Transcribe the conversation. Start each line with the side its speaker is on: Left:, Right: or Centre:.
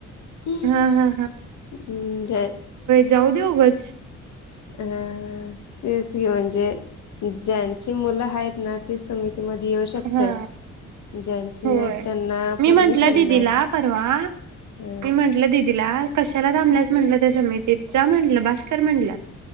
Left: अम्म
Right: हा हा
Left: जय
Right: जाऊदे ऊगच
Left: हम्म हम्म तेच की म्हण जे ज्यांची मुलं हायत ना ते समितीमध्ये येऊ शकत्यात
Right: हा
Left: ज्यांची
Right: होय
Left: नाही त्यांना
Right: मी
Left: परमिशन
Right: म्हंटलं दिदीला
Left: नाही
Right: परवा
Left: अ
Right: मी म्हंटलं दिदीला कशाला थांबल्यास म्हटलं त्या समितीत जा म्हणलं बास कर म्हणलं.